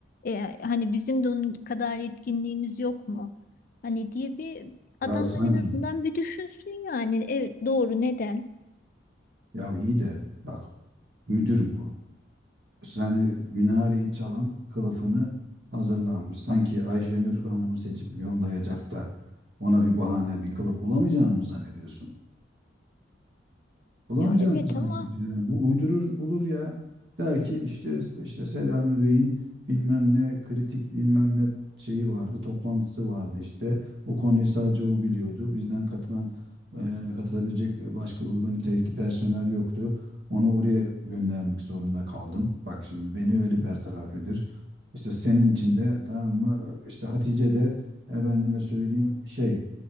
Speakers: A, on the left; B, on the right.
A: E, hani bizim de onun kadar yetkinliğimiz yok mu? Hani diye bir
B: Ya
A: adamlar
B: sanki
A: en azından bir düşünsün yani. Evet doğru neden?
B: ya iyi de bak müdür bu. Yani minareyi çalan kılıfını hazırlanmış. Sanki Ayşenur Hanım'ı seçip yollayacak da ona bir bahane bir kılıf bulamayacağını mı zannediyorsun? Bulamayacağını
A: Ya evet
B: mı zannediyorsun
A: ama
B: yani? Bu uydurur bulur ya. Der ki işte işte Selami Bey'in bilmem ne kritik bilmem ne şeyi vardı, toplantısı vardı işte. O konuyu sadece o biliyordu. Bizden katılan e, katılabilecek başka uygun nitelikli personel yoktu. Onu oraya göndermek zorunda kaldım. Bak şimdi beni öyle bertaraf edir. İşte senin için de tamam mı? İşte Hatice de efendime söyleyeyim şey